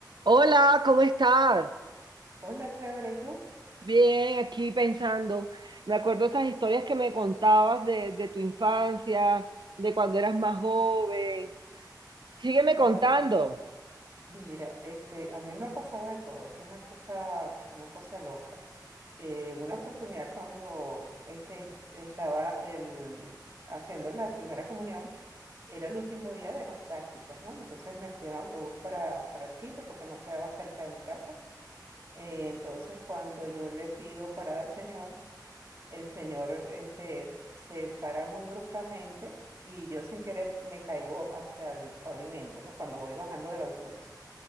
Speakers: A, on the right; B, on the right.
A: Hola, ¿cómo estás?
B: Hola, chévere, ¿y tú?
A: Bien, aquí pensando. Me acuerdo esas historias que me contabas de, de tu infancia, de cuando eras más joven. Sígueme
B: Bueno,
A: contando.
B: mira, este, a mí me ha pasado de todo, es una cosa, una cosa loca. Eh, una oportunidad cuando este, estaba el, haciendo la primera comunión, era el último día de las prácticas, ¿no? Entonces me fui en autobús para, para el sitio porque no quedaba cerca de mi casa. Eh, entonces cuando yo le pido parada al Señor, el señor este, se para muy bruscamente y yo sin querer me caigo hacia el pavimento, ¿no? Cuando voy bajando del autobús.